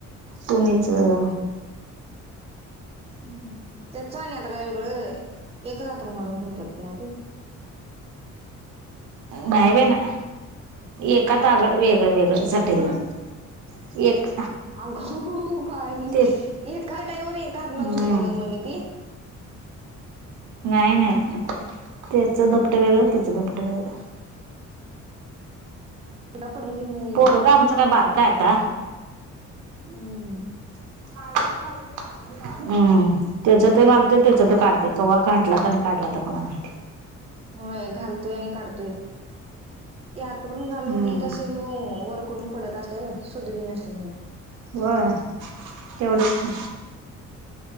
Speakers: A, on the right; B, on the right.
A: सोनीचं
B: हम्म. तेच आणि आता काय वेगळं एक हातरून घालून झोपतात नव्ह ते?
A: नाही बई ना एकात आगळ वेगळं वेगळं चटई
B: मग
A: वर एक
B: अगो बाई!
A: तेच
B: एका टाईवर एका हातला
A: हम्म
B: झोपत मम्मी ती?
A: नाही नाही. त्याच
B: हम्म
A: दुपटं वेगळ, त्याच दुपटं वेगळ
B: सुद्धा पडून घेत नाही
A: पोरग आमचं काय बारक हाय आता?
B: हम्म.
A: <unintelligible> हम्म. त्याच ते घालतोय त्याच तो काढतोय कवा घाटलाता आणि काढलाता कुणाला माहित?
B: होय. घालतोय आणि काढतोय. ते हातरून घालून
A: हम्म
B: देत असल ह्यो वर करून पडत असल सुधबीन नसेल ह्याला.
A: व्हय तेवढंच की.